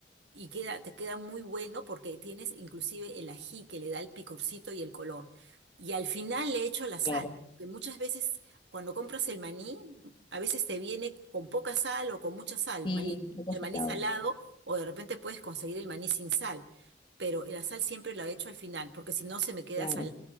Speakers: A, on the right; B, on the left.
A: y queda, te queda muy bueno porque tienes inclusive el ají que le da el picorcito y el color. Y al final le echo la sal,
B: Claro.
A: porque muchas veces cuando compras el maní, a veces te viene con poca sal o con mucha sal,
B: Sí,
A: maní-
B: un poco
A: el
B: salado.
A: maní salado, o de repente puedes conseguir el maní sin sal. Pero la sal siempre la echo al final, porque si no se me queda
B: Claro.
A: salada.